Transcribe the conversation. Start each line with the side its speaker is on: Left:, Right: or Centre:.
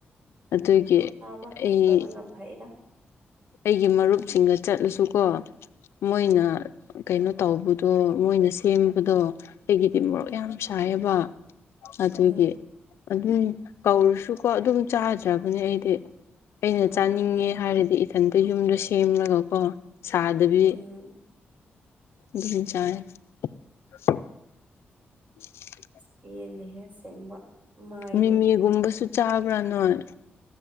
Left: ꯑꯗꯨꯒꯤ
Right: ꯕ ꯍꯩꯇꯕꯅ
Left: ꯑꯩ
Right: ꯐꯩꯗ
Left: ꯑꯩꯒꯤ ꯃꯔꯨꯞꯁꯤꯡꯒ ꯆꯠꯂꯁꯨꯀꯣ ꯃꯣꯏꯅ ꯀꯩꯅꯣ ꯇꯧꯕꯗꯣ ꯃꯣꯏꯅ ꯁꯦꯝꯕꯗꯣ ꯑꯩꯒꯤꯗꯤ ꯃꯣꯔꯣꯛ ꯌꯥꯝ ꯁꯥꯏꯑꯦꯕ ꯑꯗꯨꯒꯤ
Right: ꯎꯝ
Left: ꯑꯗꯨꯝ ꯀꯧꯔꯁꯨꯀꯣ ꯑꯗꯨꯝ ꯆꯥꯗ꯭ꯔꯕꯅꯦ ꯑꯩꯗꯤ ꯑꯩꯅ
Right: ꯑꯣꯍꯣ
Left: ꯆꯥꯅꯤꯡꯉꯦ ꯍꯥꯏꯔꯗꯤ ꯏꯊꯟꯇ ꯌꯨꯝꯗ ꯁꯦꯝꯂꯒꯀꯣ ꯁꯥꯗꯕꯤ
Right: ꯎꯝ
Left: ꯗꯨꯝ ꯆꯥꯢ <unintelligible> <unintelligible>
Right: ꯄꯦꯜꯂꯤꯍꯦ ꯑꯁꯦꯡꯕ ꯃꯥꯏꯗꯣ
Left: ꯃꯤꯃꯤꯒꯨꯝꯕꯁꯨ ꯆꯥꯕ꯭ꯔꯥ ꯅꯣꯏ